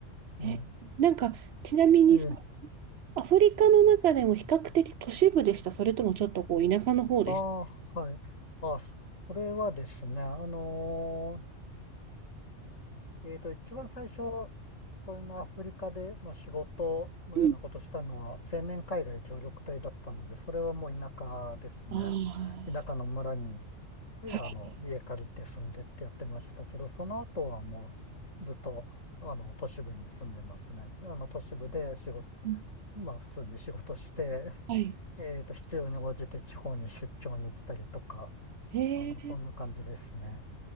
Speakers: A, on the left; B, on the right.
A: うん。
B: え、なんか、ちなみにその、
A: え
B: アフリカの中でも比較的都市部でした。それともちょっとこう、田舎の方でした。
A: ああーはい。あ、それはですね、あのーえっと、一番最初、そんなアフリカで、まあ、仕事のようなことしたのは、
B: うん。
A: 青年海外協力隊だったので、それはもう田舎ですね。
B: ああ、
A: 田舎の村にええ、
B: はい。
A: あの、家借りて住んでってやってましたけど、その後はもうずっと、あの、都市部に住んでますね。であの、都市部で仕事、
B: うん
A: まあ、普通に仕事して、
B: はい。
A: <laughs> えっと、必要に応じて地方に出張に行ったりとか、
B: へえ、
A: あの、そんな感じですね。